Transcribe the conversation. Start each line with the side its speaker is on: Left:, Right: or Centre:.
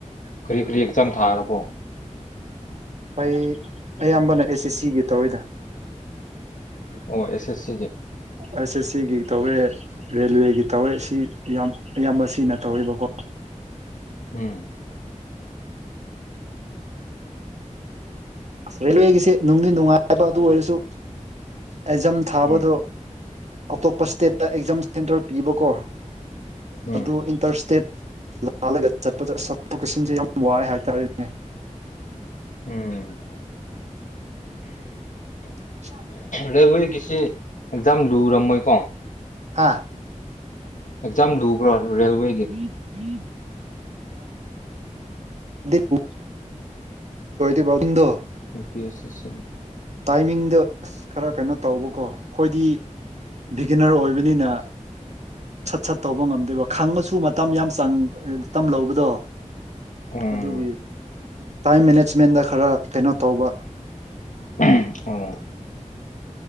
Left: ꯀꯔꯤ ꯀꯔꯤ ꯑꯦꯛꯖꯥꯝ ꯊꯥꯔꯕꯣ?
Right: ꯑꯩ ꯑꯌꯥꯝꯕꯅ ꯑꯦꯁ ꯑꯦꯁ ꯁꯤꯒꯤ ꯇꯧꯏꯗ꯫
Left: ꯑꯣ ꯑꯦꯁ ꯑꯦꯁ ꯁꯤ ꯒꯤ꯫
Right: ꯑꯦꯁ ꯑꯦꯁ ꯁꯤꯒꯤ ꯇꯧꯋꯦ ꯔꯦꯜꯋꯦꯒꯤ ꯇꯧꯋꯦ ꯁꯤ ꯌꯥꯝ ꯏꯌꯥꯝꯕꯁꯤꯅ ꯇꯧꯋꯦꯕꯀꯣ
Left: ꯎꯝ
Right: ꯑꯁ ꯔꯦꯜꯋꯦꯒꯤꯁꯦ ꯅꯨꯡꯗꯤ ꯅꯨꯡꯉꯥꯏꯕ ꯑꯗꯨ ꯑꯣꯏꯔꯁꯨ ꯑꯦꯖꯝ ꯊꯥꯕꯗꯣ
Left: ꯎꯝ
Right: ꯑꯇꯣꯞꯄ ꯏꯁꯇꯦꯠꯇ ꯑꯦꯛꯖꯥꯝ ꯁꯦꯟꯇꯔ ꯄꯤꯕꯀꯣ
Left: ꯎꯝ
Right: ꯑꯗꯨ ꯏꯟ ꯇꯔ ꯏꯁꯇꯦꯠ ꯂꯥꯜꯂꯒ ꯆꯠꯄꯗ ꯑꯁ ꯆꯠꯊꯣꯛ ꯆꯠꯁꯤꯟꯁꯦ ꯌꯥꯝ ꯋꯥꯏ ꯍꯥꯏꯇꯥꯔꯦꯅꯦ
Left: ꯎꯝ
Right: <inaudible>
Left: ꯔꯦꯜꯋꯦꯒꯤꯁꯤ ꯑꯦꯛꯖꯥꯝ ꯂꯨꯔꯝꯃꯣꯏꯀꯣ
Right: ꯍꯥꯥ
Left: ꯑꯦꯛꯖꯝ ꯂꯨꯕ꯭ꯔꯥ ꯔꯦꯜꯋꯦ
Right: <inaudible> ꯗꯤꯞ ꯄꯨ ꯂꯣꯏꯔꯗꯤ ꯄꯥꯎꯗꯤꯡꯗꯣ
Left: ꯍꯥꯏꯄꯤꯌꯦ ꯁꯦꯁꯟ
Right: ꯇꯥꯏꯃꯤꯡꯗ ꯑꯁ ꯈꯔ ꯀꯩꯅꯣ ꯇꯧꯕꯀꯣ ꯑꯩꯈꯣꯏꯗꯤ ꯕꯤꯒꯤꯅꯔ ꯑꯣꯏꯕꯅꯤꯅ ꯁꯠ ꯁꯠ ꯇꯧꯕ ꯉꯝꯗꯦꯕ ꯈꯪꯉꯁꯨ ꯃꯇꯝ ꯌꯥꯝ ꯆꯪ ꯑꯥ ꯇꯝ ꯂꯧꯕꯗꯣ
Left: ꯎꯝ ꯎꯝ
Right: ꯑꯗꯨꯒꯤ ꯇꯥꯏꯝ ꯃꯦꯅꯦꯖꯃꯦꯟꯗ ꯈꯔ ꯀꯩꯅꯣ ꯇꯧꯕ
Left: ꯑꯣ